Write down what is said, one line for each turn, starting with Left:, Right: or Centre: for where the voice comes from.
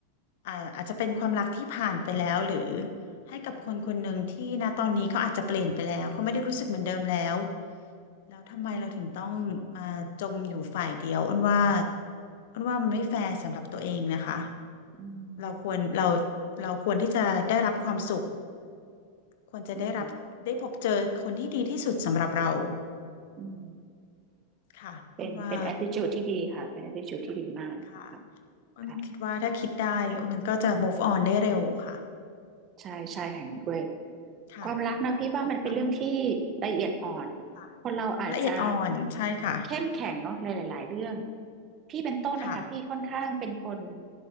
Left: อ่าอาจจะเป็นความรักที่ผ่านไปแล้วหรือให้กับคนคนหนึ่งที่ณตอนนี้เขาอาจจะเปลี่ยนไปแล้วเขาไม่ได้รู้สึกเหมือนเดิมแล้วแล้วทำไมเราถึงต้องมาจมอยู่ฝ่ายเดียวอ้นว่าอ้นว่ามันไม่แฟร์สำหรับตัวเองนะคะ
Right: อืม
Left: เราควรเราเราควรที่จะได้รับความสุขควรจะได้รับได้พบเจอคนที่ดีที่สุดสำหรับเรา
Right: อืมอืม
Left: ค่ะอ้นว่า
Right: เป็นเป็น attitude ที่ดีค่ะเป็น attitude ที่ดีมากค่ะ
Left: ค่ะอ้นคิดว่าถ้าคิดได้อ้นมันก็จะ
Right: ค่ะ
Left: move on ได้เร็วค่ะ
Right: ใช่ใช่เห็นด้วย
Left: ค่ะ
Right: ความรักนะพี่ว่ามันเป็นเรื่องที่
Left: ใช่ไหมคะ
Right: ละเอียดอ่อน
Left: ค่ะ
Right: คนเราอาจจะ
Left: ละเอียดอ่อนใช่ค่ะ
Right: เข้มแข็งเนาะหลายๆเรื่องพี่เป็นต้นนะคะพี่ค่อนข้างเป็นคน
Left: ค่ะ